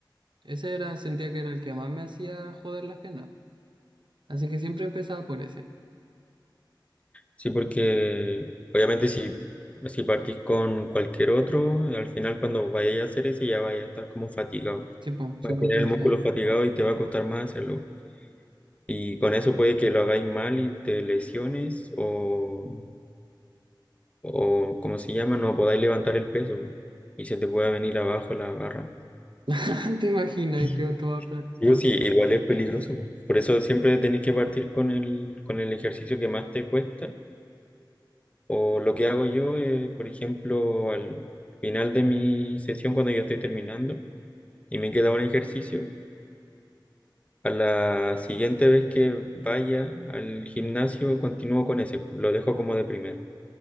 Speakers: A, on the right (about 75°); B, on the left (about 15°).
A: Ese era, sentía que era el que más me hacía joder las piernas. Así que siempre empezaba por ese.
B: Sí, porque obviamente si, si partís con cualquier otro, al final cuando vayas a hacer ese ya vayas a estar como fatigado.
A: Sí, po, súper
B: Vas a tener
A: cansado.
B: el músculo fatigado y te va a costar más hacerlo. Y con eso puede que lo hagáis mal y te lesiones o, o ¿cómo se llama? No podáis levantar el peso po, y se te pueda venir abajo la barra.
A: <laughs> ¿Te imaginas?
B: Sí,
A: Y quedó todo aplastado.
B: pues sí, igual es peligroso. po. Por eso siempre tenéis que partir con el, con el ejercicio que más te cuesta O lo que hago yo es, por ejemplo, al final de mi sesión, cuando ya estoy terminando y me queda un ejercicio, a la siguiente vez que vaya al gimnasio, continúo con ese, lo dejo como de primero.